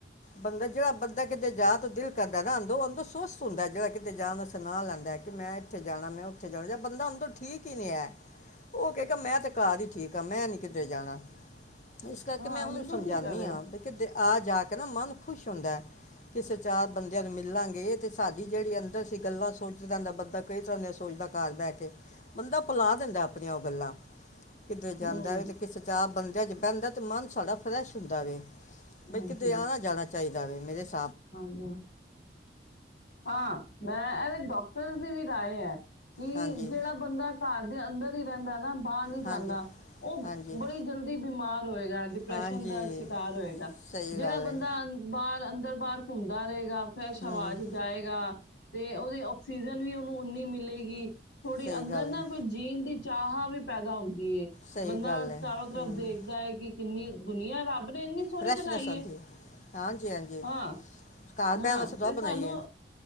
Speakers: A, on the left (about 45°); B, on the left (about 80°).
A: ਬੰਦਾ ਜੇੜਾ ਬੰਦਾ ਕਿਤੇ <unintelligible> ਸੁਸਤ ਹੁੰਦੈ‌, ਜੇੜਾ ਕਿਤੇ ਜਾਨ ਆਸਤੇ ਨਾ ਲੈਂਦੈ, ਕਿ ਮੈ ਏਥੇ ਜਾਣਾ, ਮੈਂ ਓਥੇ ਜਾਣਾ ਜਬ ਬੰਦਾ ਅੰਦਰੋ ਠੀਕ ਈ ਨੀ ਐ ਓ ਕਏਗਾ ਮੈ ਤੇ ਘਾਰ ਈ ਠੀਕ ਆ ਮੈਂ ਨੀ ਕਿਧਰੇ ਜਾਣਾ। ਇਸ ਕਰਕੇ
B: ਹਾਂ
A: ਮੈਂ ਓਨੂ
B: ਬਿਲਕੁਲ
A: ਸਮਜਾਨੀ
B: ਠੀਕ ਕਰ ਰਹੇ
A: ਆਂ
B: ਹੋ
A: <unintelligible> ਆ- ਜਾ ਕੇ ਨਾ, ਮਨ ਖੁਸ਼ ਹੁੰਦੈ। ਕਿਸੇ ਚਾਰ ਬੰਦੇਆਂ ਨੂੰ ਮਿਲਾਂਗੇ, ਤੇ ਸਾਡੀ ਜੇਅੜੀ ਅੰਦਰ ਸੀ ਗੱਲਾਂ <unintelligible> ਬੰਦਾ ਕਈ ਤਰਾਂ ਦੀਆਂ ਸੋਚਦਾ ਘਾਰ ਬੈਅ ਕੇ ਬੰਦਾ ਭੁਲਾ ਦਿੰਦਾ ਆਪਨੀਆਂ ਓਅ ਗੱਲਾਂ। ਕਿਧਰੇ ਜਾਂਦਾ
B: ਹੂੰ
A: ਵੇ ਤੇ ਕਿਸੇ ਚਾਰ <unintelligible> ਜਦ ਬੈਂਦੈ ਤੇ ਮਨ ਸਾਡਾ ਫ੍ਰੈਸ਼ ਹੁੰਦਾ ਵੇ। ਬਈ
B: ਹਾਂਜੀ
A: ਕਿਤੇ ਆਣਾ- ਜਾਣਾ ਚਾਈਦੈ। <unintelligible>
B: ਹਾਂਜੀ, ਹਾਂ ਮੈਂ ਡੋਕਟਰਸ ਦੀ ਵੀ ਰਾਏ ਐ। ਕਿ
A: ਹਾਂਜੀ
B: ਜੇੜਾ ਬੰਦਾ ਘਾਰ <unintelligible> ਅੰਦਰ ਈ ਰੈਂਦਾ ਏ ਨਾ ਬਾਹਰ ਨਈ ਜਾਂਦਾ
A: ਹਾਂਜੀ
B: ਓਅ
A: ਹਾਂਜੀ
B: ਬੜੀ ਜਲਦੀ ਬਿਮਾਰ ਹੋਏ ਡਿਪਰੈਸ਼ਨ
A: ਹਾਂਜੀ
B: ਦਾ ਸ਼ਿਕਾਰ ਹੋਏਗਾ,
A: ਸਹੀ
B: ਜਿਹੜਾ
A: ਗੱਲ
B: ਬੰਦਾ
A: ਹੈ
B: ਅੰ ਬਾਰ ਅੰਦਰ- ਬਾਹਰ ਘੁੰਮਦਾ ਰਏਗਾ ਫ੍ਰੇਸ਼
A: ਹੂੰ
B: ਹਵਾ ਚ ਜਾਏਗਾ ਤੇ ਓਦੇ ਆੱਕਸੀਜ਼ਨ ਵੀ ਓਨੂੰ ਓਨੀ ਮਿਲੇਗੀ ਥੋੜੀ
A: ਸਹੀ
B: ਅੰਦਰ
A: ਗੱਲ
B: ਨਾ
A: ਹੈ
B: ਕੋਈ ਜੀਨ ਦੀ ਚਾਹ ਵੀ ਪੈਦਾ ਹੋਊ ਕੀ ਏ,
A: ਸਹੀ
B: ਬੰਦਾ
A: ਗੱਲ ਹੈ
B: ਚਾਰੋ ਤਰਫ਼
A: ਹੂੰ
B: ਦੇਖਦਾ ਏ ਕਿ ਕਿੰਨੀ ਦੁਨੀਆਂ ਰੱਬ <unintelligible> ਏਨੀ ਸੋਨੀ
A: ਫਰੈਸ਼ਨੈਸ
B: ਬਨਾਈ
A: ਆਉਂਦੀ
B: ਏ।
A: ਹੈ ਹਾਂਜੀ ਹਾਂਜੀ
B: ਆਂ
A: ਘਰ
B: ਹਾਂ
A: ਬਹਿਣ ਵਾਸਤੇ ਦੁਆ
B: ਤੇ ਸ੍ਹਾਨੂ
A: ਬਣਾਈਏ